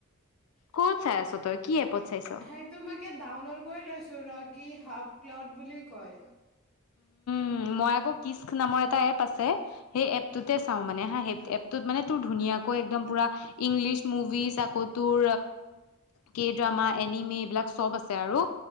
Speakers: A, on the left; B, in the centre.
A: ক'ত চাই আছ তই কি এপত চাইছ
B: সেইটো মই ইয়াত ডাউনলোড কৰি লৈছো। সুৰা কি হাফ ক্লাউড বুলি কয়।
A: উ মই আকৌ কিসক নামৰ এটা এপ আছে। সেই এপটোঁতে
B: উম
A: চাওঁ মানে হা এপটোত মানে তোৰ ধুনীয়াকৈ একদম পূৰা। ইংলিছ মুভিজ আকৌ তোৰ কে ড্ৰামা, এনিমি, এইবিলাক চব আছে আৰু